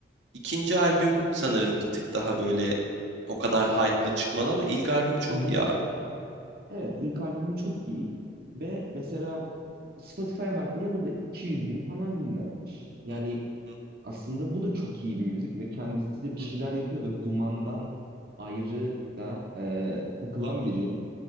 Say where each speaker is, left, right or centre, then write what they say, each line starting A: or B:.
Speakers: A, on the right; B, on the right.
A: ikinci albüm sanırım bir tık daha böyle o kadar hype'lı çıkmadı ama ilk albüm çok
B: Hı hı.
A: iyi abi.
B: Evet ilk albümü çok iyi ve mesela Spotify'a baktığında bu da 200 bin falan dinlenmiş. Yani
A: Hı hı, hı
B: aslında bu da çok iyi bir müzik ve kendisi de bir
A: hı,
B: şeyler yapıyordur. Dumandan ayrı da e, takılan
A: hı hı,
B: biri.